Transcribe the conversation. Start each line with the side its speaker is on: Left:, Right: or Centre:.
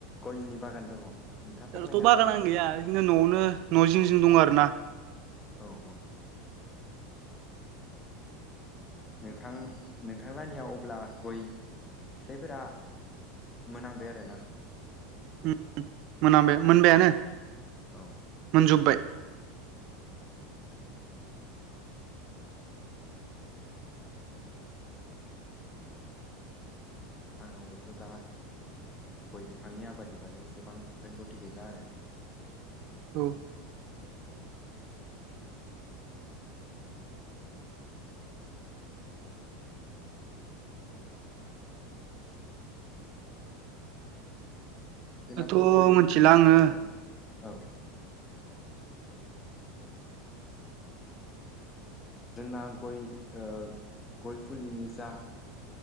Left: गयनि बागान दङ'। नोंथाङा फोरमायनो
Right: जोंनाथ'
Left: हागोन
Right: बागानानो
Left: नामा
Right: गैया बिदिनो न'आवनो न' जिं जिं दं आरो ना।
Left: औ औ। नोंथां नोंथां लानिया अब्ला गय फिथाइफोरा मोनहांबाय आरो ना।
Right: उम मोनामबाय मोनबायानो।
Left: औ।
Right: मोनजोब्बाय।
Left: आंनावबोथ' दा गय बिफांनि आबादनि बागै एसेबां रोंगौथि गैला आरो
Right: औ।
Left: जोंनाथ'
Right: दाथ'
Left: गय
Right: मिथिला आङो
Left: औ औ। जोंना गय ओ गय फुलिनि जा